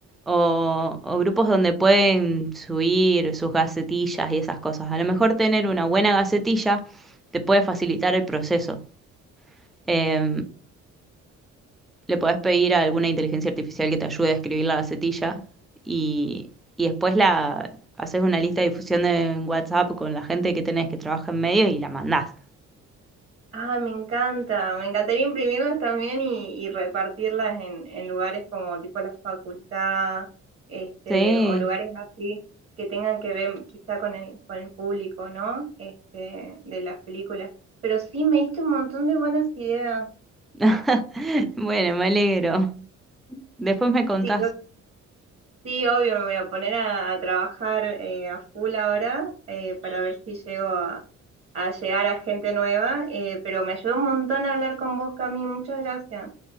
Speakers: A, in the centre; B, on the right (about 45°).
A: O, o grupos donde pueden subir sus gacetillas y esas cosas. A lo mejor tener una buena gacetilla te puede facilitar el proceso. Eh, le podés pedir a alguna inteligencia artificial que te ayude a escribir la gacetilla y, y después la haces una lista de difusión de- en WhatsApp con la gente que tenés que trabaja en medio y la mandás.
B: Ah, me encanta. Me encantaría imprimirlas también y, y repartirlas en, en lugares como tipo la facultad, este,
A: Sí.
B: o lugares así que tengan que ver quizá con el, con el público, ¿no? Este, de las películas. Pero sí, me diste un montón de buenas ideas.
A: <laughs> Bueno, me alegro. Después me contás.
B: Sí, creo Sí, obvio, me voy a poner a, a trabajar eh, a full ahora eh, para ver si llego a, a llegar a gente nueva, eh, pero me ayudó un montón a hablar con vos, Cami, muchas gracias.